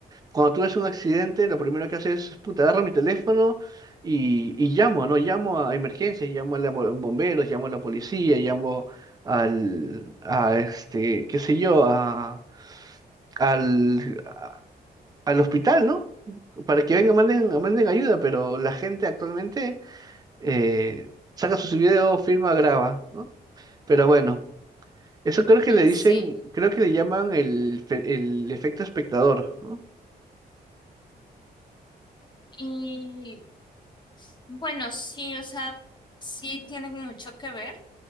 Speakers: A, on the right; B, on the left.
A: cuando tú ves un accidente, lo primero que haces es, puta, agarro mi teléfono y, y llamo, ¿no? Llamo a emergencias, llamo a los bomberos, llamo a la policía, llamo al, a este, qué sé yo, a, al, a- al hospital, ¿no? Para que vengan, manden, manden ayuda, pero la gente actualmente eh, saca sus videos, filma, graba, ¿no? Pero bueno, eso creo que
B: Y
A: le dicen,
B: sí,
A: creo que le llaman el, fe- el efecto espectador, ¿no?
B: y bueno, sí, o sea, sí tiene mucho que ver.